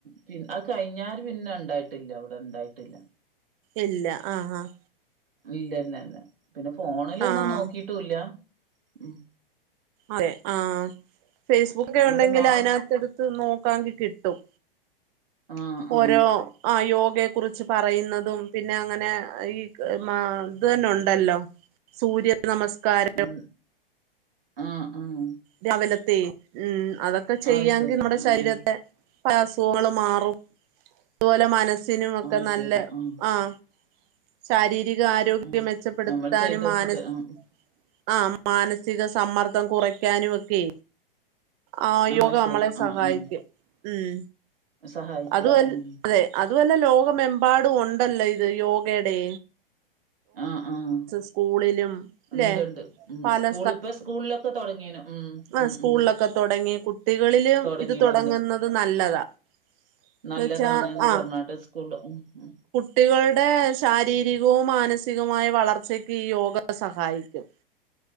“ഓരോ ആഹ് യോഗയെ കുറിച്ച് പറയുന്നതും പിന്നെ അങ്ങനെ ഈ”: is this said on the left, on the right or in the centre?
Right